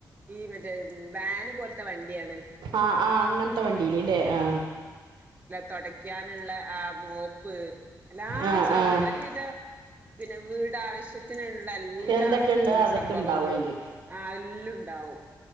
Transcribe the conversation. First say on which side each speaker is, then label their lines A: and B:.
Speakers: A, on the right (about 20°); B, on the right (about 80°).
A: ഈ മറ്റേ വാന് പോലത്തെ വണ്ടിയാണ്
B: ആഹ് ആഹ് അങ്ങനത്തെ വണ്ടിയില് ല്ലേ ആ
A: തുടയ്ക്കാനുള്ള ആ മോപ്പ് എല്ലാം
B: ആഹ്
A: സാധനണ്ട്
B: ആഹ്
A: ഒര് വിധ പിന്നെ വീട് ആവശ്യത്ത്ന്ൾ ള്ളെല്ലാ
B: എന്തൊക്കെയുണ്ട് അതൊക്കെ
A: സംഭവങ്ങളും
B: ഉണ്ടാവും അയില്
A: ആഹ് എല്ലുംണ്ടാവും